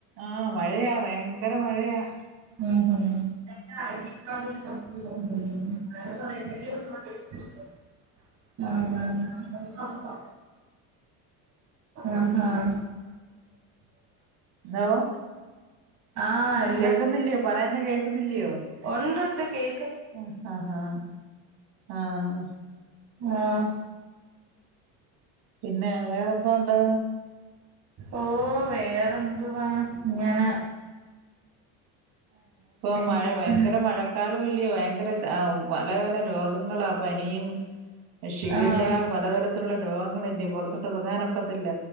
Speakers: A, on the right; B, on the right.
A: ആഹ് മഴയാ ഭയങ്കര മഴയാ
B: ഉം ഹും <unintelligible> ആഹ് അഹ് ആഹ്
A: ഹലോ
B: ആഹ് എ
A: കേക്കുന്നില്ലയോ പറയുന്ന കേൾക്കുന്നില്ലയോ
B: ഉണ്ട് ഉണ്ട് കേക്ക്
A: ആഹ് ഹഹാ ആഹ്
B: ആഹ്
A: പിന്നെ വേറെന്തോണ്ട്
B: ഓഹ് വേറെന്തുവാ ങ്ങന
A: ഇപ്പൊ മഴ
B: ഇരിക്കുന്നു
A: വയങ്കര മഴക്കാലോല്ലേ വയങ്കര ചാ പല പല രോഗങ്ങളാ പനിയും ഷിഗല്ല
B: ആഹ്
A: പലതരത്തിലുള്ള രോഗങ്ങളല്ലേ പൊറതോട്ട് ഇറങ്ങാനൊക്കത്തില്ല